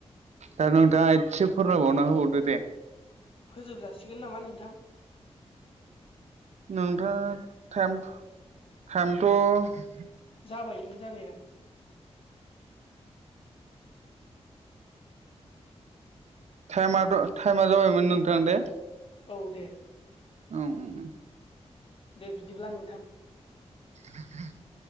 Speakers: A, on the right; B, on the left.
A: दा नोंथाङा एसे फोरमायबावना होबावदो दे
B: फोजोबजासिगोन नामा नोंथां
A: नोंथाङा टाइम टाइमथ'
B: जाबायमोन जानाया
A: टाइमाथ' टाइमा जाबायमोन नोंथां दे
B: औ दे
A: ओम ओम
B: दे बिदिब्ला नोंथां।
A: <unintelligible>